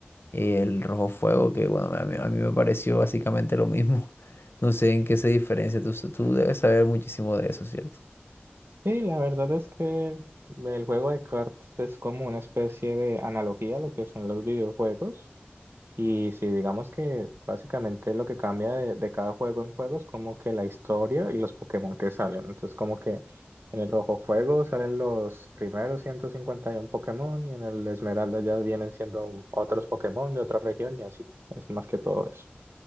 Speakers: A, on the left (about 75°); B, on the right (about 75°).
A: eh, el Rojo Fuego, que bueno, a mí, a mí me pareció básicamente lo mismo. <laughs> No sé en qué se diferencia. Tú, s- tú debes saber muchísimo de eso, ¿cierto?
B: y la verdad es que el juego de cartas es como una especie de analogía a lo que son los videojuegos. Y si digamos que básicamente lo que cambia de, de cada juego en juego es como que la historia y los Pokémon que salen. Entonces como que en el Rojo Fuego salen los primeros 151 Pokémon y en el Esmeralda ya vienen siendo otros Pokémon de otra región y así. Es más que todo eso.